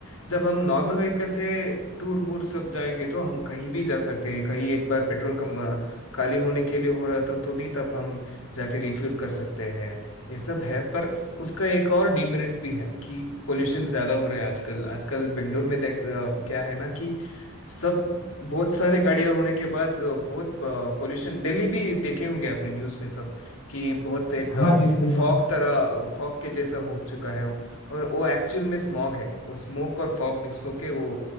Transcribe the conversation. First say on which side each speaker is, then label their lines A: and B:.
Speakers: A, on the left; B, on the left.
A: जब हम नॉर्मल व्हीकल से टूर वूर सब जाएंगे तो हम कहीं भी जा सकते हैं कहीं एक बार पेट्रोल कम अ, खाली होने के लिए हो रहा था तो भी तब हम जाके रिफ्यूल कर सकते हैं ये सब है पर उसका एक और डीमेरिट्स भी है कि पोल्यूशन ज्यादा हो रहा है आजकल आजकल बेंगलोर में देख अ, क्या है ना कि सब बहुत सारे गाड़ियां होने के बाद अ, बहुत पोल्यूशन दिल्ली भी देखे होंगे आपने न्यूज़ में सब कि बहुत एक
B: हाँ जी सही बात
A: फॉग तरह फॉग के जैसा हो चुका है वो। और वो एक्चुअल में स्मॉग है वो स्मोक और फॉग मिक्स होके वो